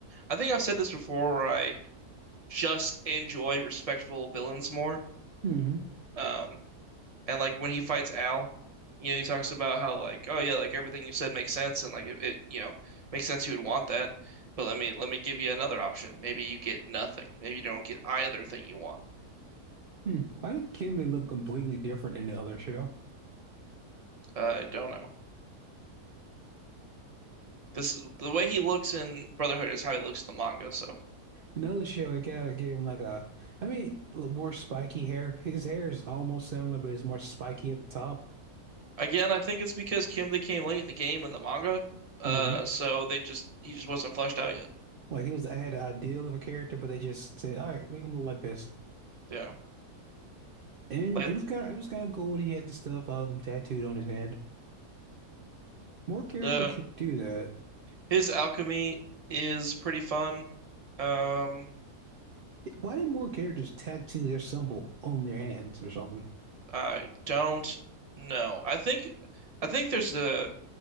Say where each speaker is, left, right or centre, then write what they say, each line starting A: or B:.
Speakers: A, on the right; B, on the right.
A: I think I've said this before where I just enjoy respectful villains more.
B: hmm
A: Um, And like when he fights Al, you know, he talks about how like, oh yeah, like everything you said makes sense and like it, it you know, makes sense you would want that. But let me let me give you another option. Maybe you get nothing. Maybe you don't get either thing you want.
B: Hmm. Why did Kimmy look completely different in the other show?
A: Uh, I don't know. This the way he looks in Brotherhood is how he looks in the manga. So
B: Another show, it kind of gave him like a, I mean, a little more spiky hair. His hair is almost similar, but it's more spiky at the top.
A: again, I think it's because Kimberly came late in the game in the manga. Uh,
B: hmm
A: so they just he just wasn't fleshed out yet.
B: Like he was, I had an ideal of a character, but they just said, all right, make him look like this.
A: Yeah,
B: And
A: like
B: it was kind of, it was kind of cool. that He had the stuff um tattooed on his hand. More characters
A: uh,
B: should do that.
A: his alchemy is pretty fun. Um,
B: Why did more characters tattoo their symbol on their hands or something?
A: I don't know. I think I think there's a